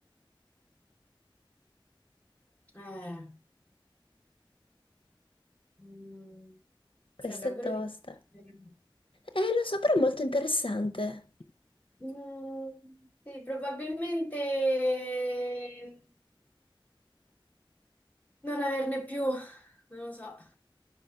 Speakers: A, on the left; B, on the left.
A: Eh. Mm,
B: Questa
A: cioè, davvero
B: è tosta.
A: difficile.
B: Eh, lo so, però è molto interessante.
A: Mm, sì, probabilmente eh, non averne più, non lo so.